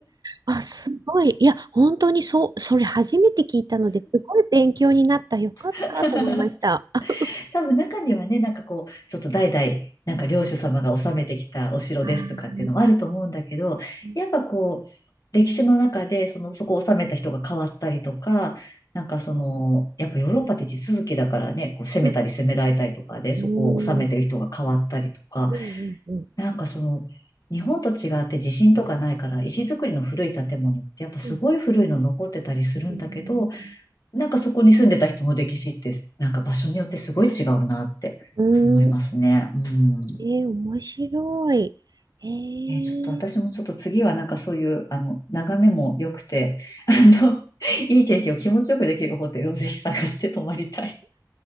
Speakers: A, on the right; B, on the left.
A: あ、すごい。いや、本当にそう、それ初めて聞いたので、すごい勉強になった。よかったと思いました。
B: <laughs>
A: あ、
B: 多分中にはね、なんかこう、ちょっと代々、なんか領主様が治めてきたお城ですとかっていうのもあると思うんだけど、
A: あう
B: やっぱこう、歴史の中で、その、そこを治めた人が変わったりとか、なんかその、やっぱヨーロッパって地続きだからね、こう攻めたり攻められたりとかで、
A: ん、
B: そこを治めてる人が変わったりとか、
A: うん、うん、うん、うん、
B: なんかその、日本と違って地震とかないから、石造りの古い建物ってやっぱすごい古いの残ってたりするんだけど、
A: うん、うん、
B: なんかそこに住んでた人の歴史って、なんか場所によってすごい違うなって思いますね。
A: うん
B: うん。
A: えー、面白い。えー、
B: ね、ちょっと私もちょっと次はなんかそういう、あの、眺めも良くて、あの、<laughs> いい経験を気持ちよくできるホテルをぜひ探して泊まりたい。